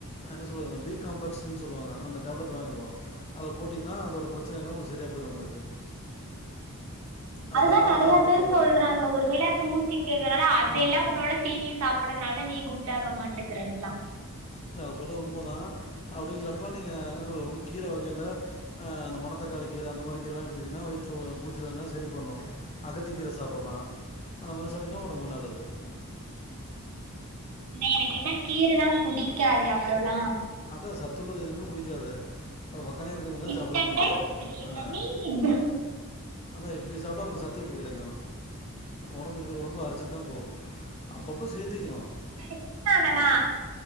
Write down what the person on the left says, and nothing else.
என்ன சொல்லுறது பி காம்ப்ளெக்ஸ்ன்னு சொல்லுவாங்க அந்த டேப்லெட் வாங்கிக்கோ அத போட்டிங்கன்னா அதோட பிரச்சன எல்லா உங்களுக்கு சரியா போயிரு உங்களுக்கு அது
கரெக்டான
டாக்டர்
பாருங்க
ஆமா ஆமா
இல்ல அவங்க சொல்றது உண்மதா அப்டிங்கிறப்ப நீங்க என்ன சொல்றது ஒன்னு கீர வகைல ஆ அந்த மணத்தக்காளி கீரை அந்த மாரி கீரல்லா எடுத்துட்டீன்னா வயித்துல பூச்சி எதா இருந்தா சரி பண்ணு அகத்திக்கீர சாப்டலா அந்த மாரி சாப்டின்னா ஒடம்புக்கு நல்லது
அதா சத்துள்ளது எதுவுமே பிடிக்காது ஓ வக்கனைய இருக்கது மட்டுந்தா
சாப்டுவேங்கிறிங்க
ஆ
அதா இப்டி சாப்ட்டா அப்பறோ சத்து எப்டி கெடைக்கு ஒடம்பு இருக்குற ஒடம்பு அரிச்சிட்டுதா போகு அப்பப்ப சேத்திக்கணு